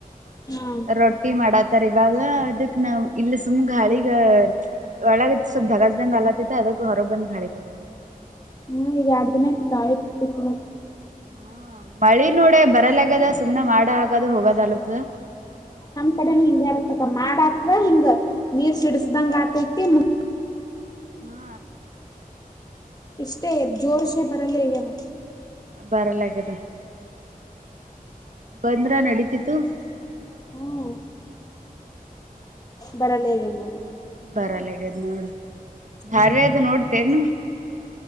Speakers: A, on the left; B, on the right.
A: ಹ್ಮ್
B: ರೊಟ್ಟಿ ಮಾಡತರ್ ಇವಾಗ ಅದಕ್ ನಾವ್ ಇಲ್ಲಿ ಸುಮ್ಗೆ ಹಳಿಗ ಒಳಗ ಸ್ವಲ್ಪ್ ಧಗಜ್ದಂಗ ಅಲತ್ತತೆ ಅದ ಹೊರ ಬಂದ ಗಾಳಿ ಕೊತ
A: ಹಾ ಈಗ ಎರ್ಡ್ ದಿನ ಆಯ್ತು ಕಾಯಿತವಕ್ಕ
B: ಹಾ ಮಳಿ ನೋಡ ಬರಲಗ್ಯದ ಸುಮ್ನೆ ಮಾಡ ಆಗದು ಹೋಗದಲತ್ದ
A: ಕಡೆ ಹಿಂಗ್ಯಾತಕ ಮಾಡಾತದ ಹಿಂಗ ನೀರ್ ಸಿಡಸ್ದಂಗ ಆತೈತಿ ಮು
B: ಹಾ
A: ಇಷ್ಟೇ ಜೋರ್ಷೆ ಬರಲ್ಲಗನ
B: ಬರಲಾಗ್ಯದ ಬಂದ್ರ ನಡೀತಿತ್ತುು
A: ಹ್ಮ ಬರಲ್ಲ ಹೇಗಿ ಮೋಡಮ್
B: ಬರಲ್ಲಗದ್ ನೋಡು ಧಾರ್ವ
A: ಹ್ಮ್
B: ಅದು ನೋಡ್ತೆೇನು